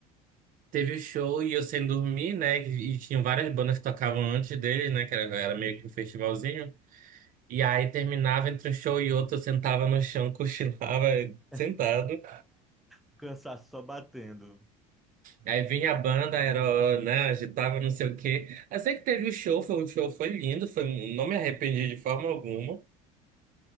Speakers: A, on the right (about 45°); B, in the centre.
A: teve o show e eu sem dormir, né? E e tinha várias bandas que tocavam antes dele, né? Que era, era meio que um festivalzinho. E aí terminava entre um show e outro, eu sentava no chão, <laughs> cochilava
B: <laughs>
A: sentado.
B: O Cansaço só batendo.
A: Aí vinha a banda, era, né, agitava, não sei o quê. Eu sei que teve o show, foi um show, foi lindo, foi, não me arrependi de forma alguma.